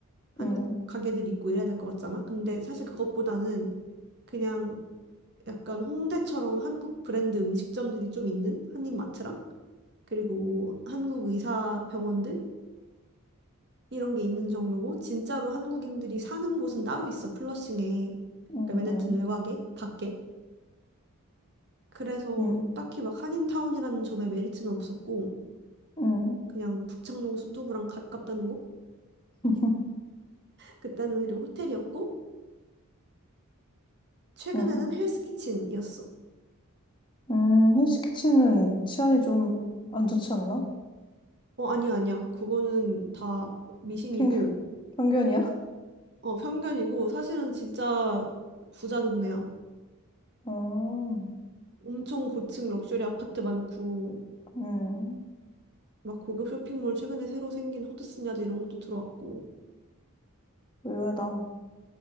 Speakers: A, on the right (about 50°); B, on the left (about 20°).
A: 한국
B: 응,
A: 가게들 있고 이래야 될 것 같잖아? 근데 사실 그것보다는 그냥 약간 홍대처럼 한국 브랜드 음식점들이 좀 있는 한인마트랑 그리고 뭐 한국 의사 병원들? 이런 게 있는 정도고 진짜로 한국인들이 사는 곳은 따로 있어 플러싱에
B: 응,
A: 그 맨해튼
B: 응,
A: 외곽에 밖에 그래서
B: 응,
A: 딱히 막 한인타운이라는 점에 메리트는 없었고
B: 응,
A: 그냥 북창동 순두부랑 가깝다는 거
B: <laughs>
A: 그때는 그리고 호텔이었고 최근에는
B: 응.
A: 헬스키친이었어
B: 음, 헬스키친은 치안이 좀 안 좋지 않나?
A: 어 아니야 아니야 그거는 다 미신이고
B: 편견, 편견이야?
A: 어 편견이고 사실은 진짜 부자 동네야
B: <laughs> 어,
A: 엄청 고층 럭셔리 아파트 많고
B: 음,
A: 막 고급 쇼핑몰 최근에 새로 생긴 허드슨 야드 이런 것도 들어왔고
B: 의외다.